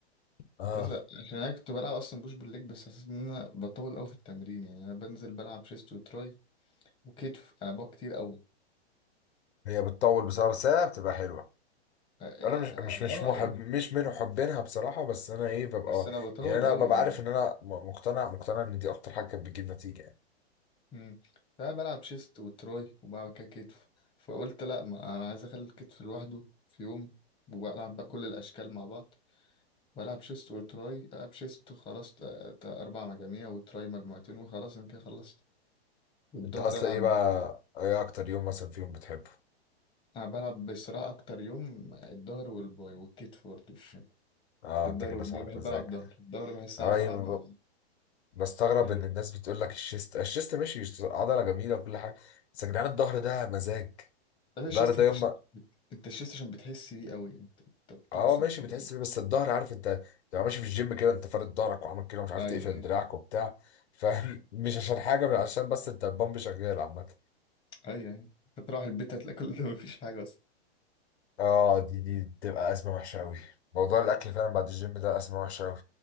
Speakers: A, on the left; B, on the left.
A: اه
B: بس عشان انا كنت بلعب اصلا بوش بالليج بس حسيت ان انا بطول قوي في التمرين يعني انا بنزل بلعب شيست وتراي وكتف انا بقى كتير قوي
A: هي بتطول بصراحه بس هي بتبقى حلوه
B: اه
A: انا مش مش مش
B: آه،
A: محب
B: يعني
A: مش من محبينها بصراحه بس انا ايه ببقى
B: بس انا بطول
A: يعني انا
B: قوي
A: ببقى
B: يعني
A: عارف ان انا م- مقتنع مقتنع ان دي اكتر حاجه كانت بتجيب نتيجه يعني
B: امم فأنا بلعب شيست وتراي وبعد كده كتف فقلت لا ما انا عايز اخلي الكتف لوحده في يوم والعب بقى كل الاشكال مع بعض والعب شيست وتراي العب شيست خلاص اربع مجاميع وتراي مجموعتين وخلاص انا كده خلصت والظهر
A: انت اصلا
B: العب
A: ايه بقى ايه اكتر يوم مثلا فيهم بتحبه
B: انا بلعب بصراحه اكتر يوم الظهر والباي والكتف برضه <laughs>
A: اه
B: الظهر
A: انت كده
B: والباي
A: صاحب
B: بحب
A: مزاج
B: العب ظهر الظهر بحس
A: اه
B: إن انا بلعب مع
A: بستغرب
B: حلو
A: ان الناس بتقول لك الشيست الشيست ماشي عضله جميله وكل حاجه بس يا جدعان الظهر ده مزاج
B: ده الشيست
A: الظهر ده
B: انت
A: يوم
B: شيست
A: ما-
B: انت الشيست عشان بتحس بيه قوي انت انت بتعصر
A: اه ماشي
B: كده
A: بتحس بيه بس الظهر عارف انت تبقى ماشي في الجيم كده انت فارد ظهرك وعامل كده مش عارف
B: ايوه
A: تقفل
B: ايوه
A: دراعك
B: <laughs>
A: وبتاع فاهم <laughs> مش عشان حاجه بل عشان بس انت البامب شغال عامه
B: ايوه ايوه انت تروح البيت هتلاقي كل ده مفيش حاجه اصلا
A: اه دي دي بتبقى ازمه وحشه قوي موضوع الاكل فعلا بعد الجيم ده ازمه وحشه قوي